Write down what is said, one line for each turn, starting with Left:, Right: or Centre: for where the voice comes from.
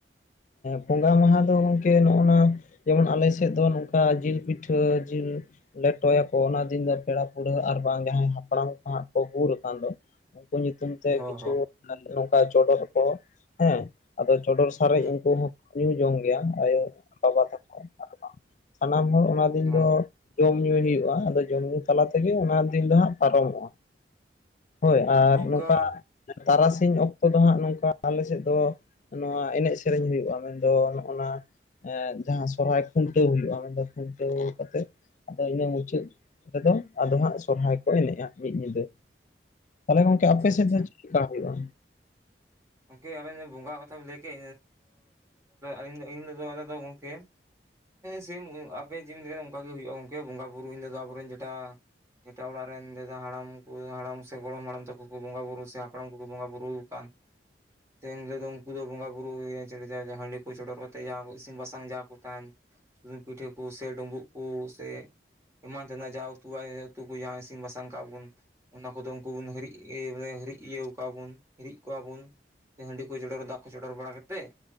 Left: ᱵᱚᱸᱜᱟ ᱢᱟᱦᱟ ᱫᱚ ᱜᱚᱝᱠᱮ ᱱᱚᱜᱼᱚᱱᱟ ᱡᱮᱢᱚᱱ ᱟᱞᱮ ᱥᱮᱫ ᱫᱚ ᱱᱚᱝᱠᱟ ᱡᱤᱞ ᱯᱤᱴᱷᱟᱹ ᱡᱤᱞ ᱞᱮᱴᱚᱭᱟᱠᱚ ᱚᱱᱟ ᱫᱤᱱ ᱫᱚ ᱯᱮᱲᱟ ᱯᱟᱹᱲᱦᱟᱹ ᱟᱨ ᱵᱟᱝ ᱡᱟᱦᱟᱸᱭ ᱦᱟᱯᱲᱟᱢ ᱠᱚ ᱦᱟᱸᱜ ᱠᱚ ᱜᱩᱨ ᱟᱠᱟᱱ ᱫᱚ ᱩᱱᱠᱩ ᱧᱩᱛᱩᱢ ᱛᱮ
Right: ᱦᱚᱸ
Left: ᱠᱤᱪᱷᱩ
Right: ᱦᱚᱸ
Left: ᱱᱚᱝᱠᱟ ᱪᱚᱰᱚᱨ ᱠᱚ ᱦᱮᱸ ᱟᱫᱚ ᱪᱚᱰᱚᱨ ᱥᱟᱨᱮᱡ
Right: ᱦᱮᱸ
Left: ᱩᱱᱠᱩ ᱦᱚᱸᱠᱚ ᱧᱩ ᱡᱚᱢ ᱜᱮᱭᱟ ᱟᱭᱳ ᱵᱟᱵᱟ ᱛᱟᱠᱚ ᱟᱨ ᱵᱟᱝ ᱥᱟᱱᱟᱢ ᱦᱚᱲ ᱚᱱᱟ ᱫᱤᱱ
Right: ᱦᱚᱸ
Left: ᱫᱚ ᱡᱚᱢᱧᱩᱭ ᱦᱩᱭᱩᱜᱼᱟ ᱟᱫᱚ ᱡᱚᱢ ᱧᱩ ᱛᱟᱞᱟ ᱛᱮᱜᱮ ᱚᱱᱟ ᱫᱤᱱ ᱫᱚ ᱦᱟᱸᱜ ᱯᱟᱨᱚᱢᱚᱜᱼᱟ ᱦᱳᱭ ᱟᱨ
Right: ᱚᱱᱠᱟ
Left: ᱱᱚᱝᱠᱟ ᱛᱟᱨᱟᱥᱤᱧ ᱚᱠᱛᱚ ᱫᱚ ᱦᱟᱸᱜ ᱱᱚᱝᱠᱟ ᱟᱞᱮ ᱥᱮᱫ ᱫᱚ ᱱᱚᱣᱟ ᱮᱱᱮᱡ ᱥᱮᱨᱮᱧ ᱦᱩᱭᱩᱜᱼᱟ ᱢᱮᱱᱫᱚ ᱱᱚᱜᱼᱱᱟ ᱡᱟᱦᱟᱸ ᱥᱚᱨᱦᱟᱭ ᱠᱷᱩᱱᱴᱟᱹᱣ ᱦᱩᱭᱩᱜᱼᱟ ᱢᱮᱱ ᱫᱚ ᱠᱷᱩᱱᱴᱟᱹᱣ ᱠᱟᱛᱮᱜ ᱟᱫᱚ ᱤᱱᱟᱹ ᱢᱩᱪᱟᱹᱫ ᱨᱮᱫᱚ ᱟᱫᱚ ᱦᱟᱸᱜ ᱥᱚᱨᱦᱟᱭ ᱠᱚ ᱮᱱᱮᱡᱼᱟ ᱢᱤᱫ ᱧᱤᱫᱟᱹ ᱛᱟᱞᱦᱮ ᱜᱚᱝᱠᱮ
Right: ᱟᱪᱪᱷᱟ
Left: ᱟᱯᱮ ᱥᱮᱫ
Right: ᱟᱪᱪᱷᱟ
Left: ᱫᱚ ᱪᱮᱫ ᱠᱟ ᱦᱩᱭᱩᱜ ᱟ
Right: ᱜᱚᱢᱠᱮ ᱟᱵᱮᱱ ᱵᱚᱸᱜᱟ ᱠᱟᱛᱷᱟᱢ ᱞᱟᱹᱭ ᱠᱮᱫ ᱮᱱᱦᱤᱞᱳᱜ ᱫᱚ ᱟᱞᱮᱫᱚ ᱜᱚᱢᱠᱮ ᱥᱤᱢ ᱟᱯᱮ ᱡᱮᱢ ᱞᱟᱹᱭᱠᱮᱫᱟ ᱚᱱᱠᱟᱜ ᱜᱮ ᱦᱩᱭᱩᱜᱼᱟ ᱜᱚᱢᱠᱮ ᱵᱚᱸᱜᱟᱼᱵᱩᱨᱩ ᱤᱧ ᱫᱚ ᱟᱵᱚᱨᱮᱱ ᱡᱮᱴᱟ ᱡᱮᱴᱟ ᱚᱲᱟᱜ ᱨᱮᱱ ᱫᱟᱫᱟ ᱦᱟᱲᱟᱢ ᱠᱚ ᱦᱟᱲᱟᱢ ᱥᱮ ᱜᱚᱲᱚᱢ ᱦᱟᱲᱟᱢ ᱛᱟᱠᱚ ᱠᱚ ᱵᱚᱸᱜᱟ ᱵᱩᱨᱩ ᱥᱮ ᱦᱟᱯᱲᱟᱢ ᱠᱚᱠᱚ ᱵᱚᱸᱜᱟ ᱵᱩᱨᱩ ᱟᱠᱟᱱ ᱥᱮᱱ ᱦᱤᱞᱳ ᱫᱚ ᱩᱱᱠᱩ ᱫᱚ ᱵᱚᱸᱜᱟ ᱵᱩᱨᱩ ᱦᱟᱺᱰᱤ ᱠᱚ ᱪᱚᱰᱚᱨ ᱠᱟᱛᱮᱜ ᱡᱟ ᱤᱥᱤᱱ ᱵᱟᱥᱟᱝ ᱡᱟ ᱠᱚ ᱛᱟᱦᱮᱱ ᱥᱩᱩᱱᱢ ᱯᱤᱴᱷᱟᱹ ᱠᱚ ᱥᱮ ᱰᱩᱸᱵᱩᱜ ᱠᱚ ᱥᱮ ᱮᱢᱟᱱ ᱛᱮᱱᱟᱜ ᱡᱟ ᱩᱛᱩ ᱩᱛᱩ ᱠᱚ ᱡᱟ ᱤᱥᱤᱱ ᱵᱟᱥᱟᱝ ᱠᱟᱜᱼᱟ ᱵᱚᱱ ᱚᱱᱟ ᱠᱚᱫᱚ ᱩᱱᱠᱩ ᱵᱩᱱ ᱦᱤᱨᱤᱜ ᱦᱤᱨᱤᱜ ᱤᱭᱟᱹ ᱠᱚᱣᱟ ᱵᱩᱱ ᱦᱤᱨᱤᱜ ᱪᱤᱫ ᱠᱚᱣᱟ ᱵᱚᱱ ᱦᱟᱺᱰᱤ ᱠᱚ ᱪᱚᱰᱚᱨ ᱫᱟᱜ ᱠᱚ ᱪᱚᱰᱚᱨ ᱵᱟᱲᱟ ᱠᱟᱛᱮᱫ